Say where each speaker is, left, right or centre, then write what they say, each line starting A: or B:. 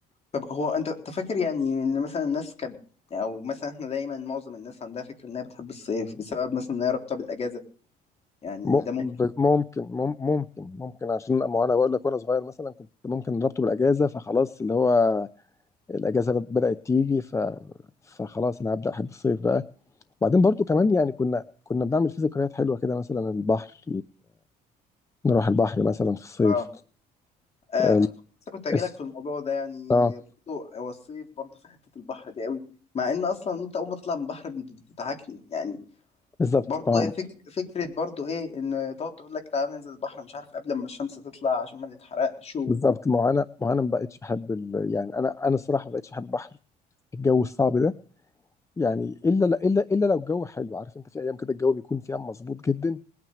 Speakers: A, on the left; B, on the left.
A: طب هو انت انت فاكر يعني ان مثلا الناس كب او مثلا احنا دايما معظم الناس عندها فكره انها بتحب الصيف بسبب مثلا انها رابطه بالاجازه يعني
B: م-
A: ده ممكن
B: ب- ممكن مم- ممكن ممكن عشان ما انا بقول لك وانا صغير مثلا كنت ممكن ربطه بالاجازه فخلاص اللي هو الاجازه ب- بدات تيجي ف فخلاص انا هبدا احب الصيف بقى وبعدين برضو كمان يعني كنا كنا بنعمل فيه ذكريات حلوه كده مثلا البحر نروح البحر مثلا في الصيف
A: اه اه
B: أم،
A: لسه كنت هجيلك
B: اس-
A: في الموضوع ده يعني
B: اه
A: برضه هو الصيف برضه في حته البحر دي قوي مع ان اصلا انت اول ما تطلع من البحر بت- بتتعكني يعني
B: بالظبط
A: برضه
B: ما-
A: هي فك... فكره برضه ايه ان تقعد تقول لك تعالى ننزل البحر مش عارف قبل ما الشمس تطلع عشان ما نتحرقش
B: بالظبط ما هو انا ما هو انا ما بقتش بحب ال... يعني انا انا الصراحه ما بقتش بحب البحر الجو الصعب ده يعني الا الا الا لو الجو حلو عارف انت في ايام كده الجو بيكون فيها مظبوط جدا